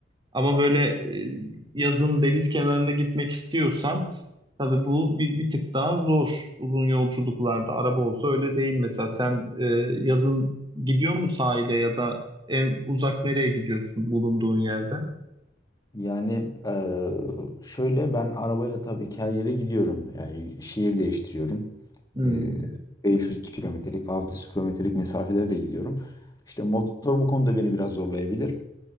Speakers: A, on the right; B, on the left.
A: Ama böyle e, yazın deniz kenarına gitmek istiyorsan tabii bu bir, bir tık daha zor uzun yolculuklarda. Araba olsa öyle değil mesela. Sen e, yazın gidiyor mu sahile ya da en uzak nereye gidiyorsun bulunduğun yerde?
B: Yani eee, şöyle ben arabayla tabii ki her yere gidiyorum. Yani şehir değiştiriyorum.
A: Hmm,
B: Eee, 500 kilometrelik, 600 kilometrelik mesafelere de gidiyorum. İşte motor bu konuda beni biraz zorlayabilir.